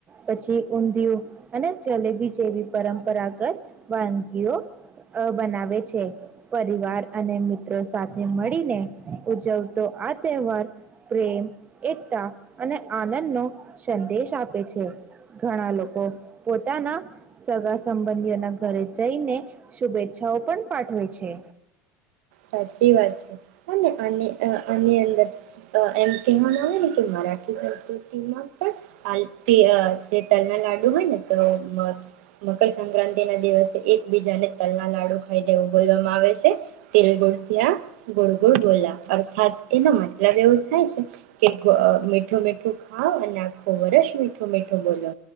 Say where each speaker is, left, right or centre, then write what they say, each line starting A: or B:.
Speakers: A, on the right; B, on the right.
A: પછી ઊંધિયું અને જલેબી જેવી પરંપરાગત વાનગીઓ અ બનાવે છે. પરિવાર અને મિત્રો સાથે મળીને ઉજવતો આ તહેવાર પ્રેમ એકતા અને આનંદનો સંદેશ આપે છે ઘણા લોકો પોતાના સગા સંબંધીઓના ઘરે જઈને શુભેચ્છાઓ પણ પાઠવે છે.
B: સાચી વાત છે અને આ આની અંદર એમ કહેવાવામાં આવે ને કે <unintelligible> જ તો તેમાં પણ <unintelligible> જે તલના લાડુ હોય ને તો મકરસક્રાંતિ ના દિવસે એકબીજાને તલના લાડુ ખાઈનેે એવું બોલવામાં આવે છે. <unintelligible> ગુડગુડ બોલા અર્થાત એનો મતલબ એવું થાય છે કે મીઠું મીઠું ખાાવ અને આખું વર્ષ મીઠું મીઠું બોલો